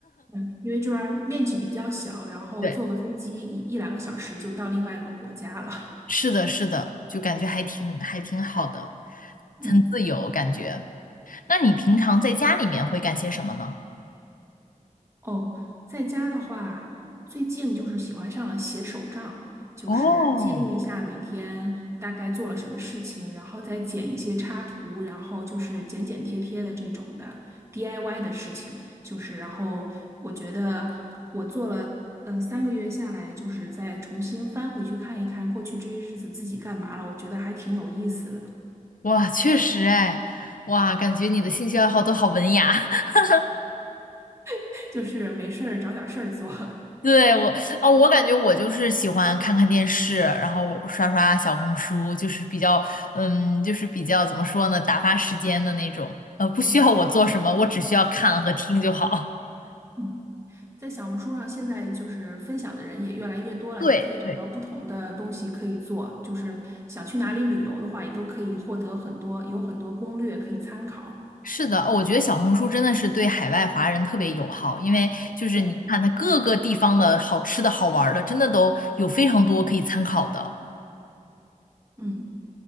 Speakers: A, on the right; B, on the left.
A: 嗯，因为这边儿面积比较小，
B: <laughs>
A: 然后坐个飞机一一两个小时就到另外一个国家了。
B: 对。是的，是的，就感觉还挺还挺好的，
A: <laughs>
B: 很自由感觉。
A: 嗯。
B: 那你平常在家里面会干些什么呢？
A: 哦，在家的话，最近就是喜欢上了写手账，就是记录一下每天大概做了什么事情，
B: 哦，
A: 然后再剪一些插图，然后就是剪剪贴贴的这种的 DIY 的事情，就是然后我觉得我做了。呃，三个月下来，就是再重新翻回去看一看过去这些日子自己干嘛了，我觉得还挺有意思的，
B: 哇，确实哎，哇，感觉你的兴趣爱好都好文雅。<laughs>
A: <laughs> 就是没事儿找点事儿做。
B: 对，我，哦，我感觉我就是喜欢看看电视，然后刷刷小红书，就是比较，嗯，就是比较怎么说呢，打发时间的那种。呃，不需要我做什么，
A: <laughs> 嗯
B: 我只需要看和听就好。
A: 嗯。在小红书上，现在就是分享的人也越来越多了，
B: <laughs> 对，
A: 也可以找到不同的东西可以做。
B: 对，
A: 就是想去哪里旅游的话，也都可以获得很多，有很多攻略可以参考。
B: 是的，哦我觉得小红书真的是对海外华人特别友好，因为就是你看它各个地方的好吃的好玩儿的，
A: 对，
B: 真的都有非常多可以参考的。
A: 嗯，